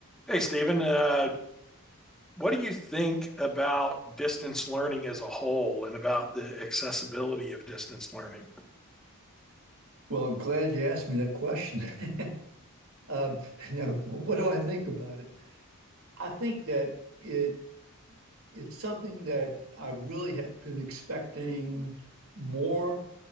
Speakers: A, in the centre; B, on the right.
A: Hey, Stephen, uh, what do you think about distance learning as a whole and about the accessibility of distance learning?
B: Well, I'm glad you asked me that question. <laughs> Um, now, what do I think about it? I think that it it's something that I really have been expecting more